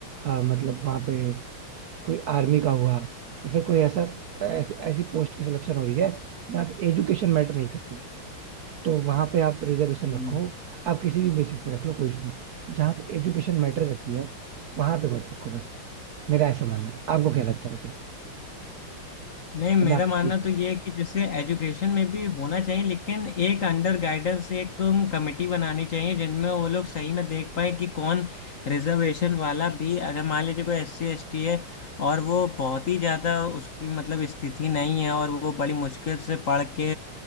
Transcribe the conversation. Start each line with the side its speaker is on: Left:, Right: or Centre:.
Right: अ, मतलब वहां पे कोई आर्मी का हुआ या फिर कोई ऐसा ऐसी ऐसी पोस्ट की सिलेक्शन हो रही है जहाँ पे एजुकेशन मैटर नहीं करती तो वहां पे आप रिजर्वेशन
Left: हम्म
Right: रखो आप किसी भी बेसिस पे रख लो कोई इशू नहीं जहाँ पे एजुकेशन मैटर करती है वहां पे मत रखो बस मेरा ऐसा मानना है आपको क्या लगता है वैसे
Left: नहीं मेरा
Right: मतलब आप
Left: मानना
Right: किस
Left: तो ये है कि जैसे एजुकेशन में भी होना चाहिए लेकिन एक अंडर गाइडेंस एक कमेटी बनानी चाहिए जिनमें वो लोग सही में देख पाए कि कौन रिजर्वेशन वाला भी अगर मान लीजिए कोई एस सी एस टी है और वो बहुत ही ज़्यादा उसकी मतलब स्थिति नहीं है और वो बड़ी मुश्किल से पढ़ के